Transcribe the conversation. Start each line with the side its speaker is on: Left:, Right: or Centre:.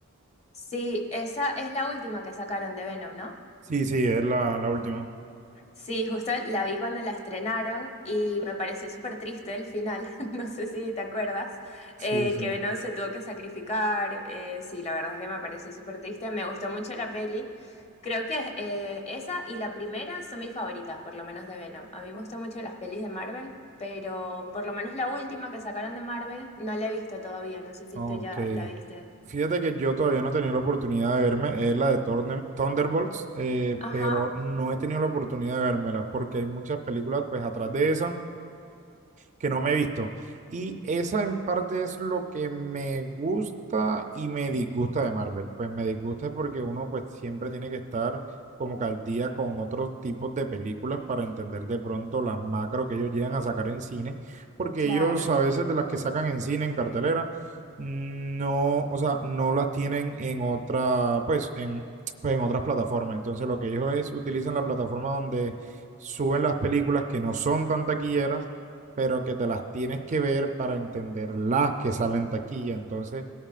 Left: sí, esa es la última que sacaron de Venom, ¿no?
Right: Sí, sí, es la, la última.
Left: Sí, justo la vi cuando la estrenaron y me pareció súper triste el final, <laughs> no sé si te acuerdas,
Right: Sí,
Left: eh,
Right: sí.
Left: que Venom se tuvo que sacrificar, eh, sí, la verdad es que me pareció súper triste, me gustó mucho la peli, creo que eh, esa y la primera son mis favoritas, por lo menos de Venom, a mí me gustan mucho las pelis de Marvel, pero por lo menos la última que sacaron de Marvel no la he visto todavía, no sé si
Right: Ok.
Left: tú ya la viste.
Right: Fíjate que yo todavía no he tenido la oportunidad de verme, es la de Thorne- Thunderbolts, eh,
Left: Ajá,
Right: pero no he tenido la oportunidad de vérmela porque hay muchas películas pues atrás de esa que no me he visto. Y esa en parte es lo que me gusta y me disgusta de Marvel. Pues me disgusta es porque uno pues siempre tiene que estar como que al día con otros tipos de películas para entender de pronto las macro que ellos llegan a sacar en cine, porque
Left: claro.
Right: ellos a veces de las que sacan en cine, en cartelera, no, o sea, no las tienen en otra, pues en, pues, en otras plataformas. Entonces lo que ellos es, utilizan la plataforma donde suben las películas que no son tan taquilleras pero que te las tienes que ver para entender las que salen taquilla. Entonces,